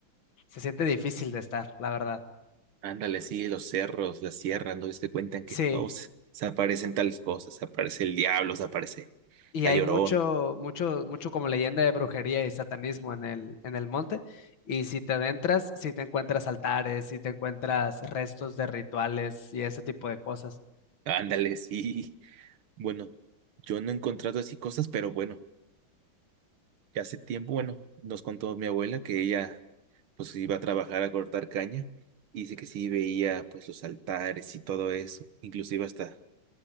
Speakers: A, on the left (about 70°); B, on the right (about 80°).
A: se siente difícil de estar, la verdad.
B: Ándale, sí, los cerros, las sierras, ¿no? Es que cuentan que
A: Sí.
B: no se, se aparecen tales cosas, se aparece el diablo, se aparece
A: Y
B: la
A: hay
B: llorona.
A: mucho, mucho, mucho como leyenda de brujería y satanismo en el, en el monte. Y si te adentras, si te encuentras altares, si te encuentras restos de rituales y ese tipo de cosas.
B: Ándale, sí. Bueno, yo no he encontrado así cosas, pero bueno, ya hace tiempo, bueno, nos contó mi abuela que ella pues iba a trabajar a cortar caña y dice que sí veía pues los altares y todo eso, inclusive hasta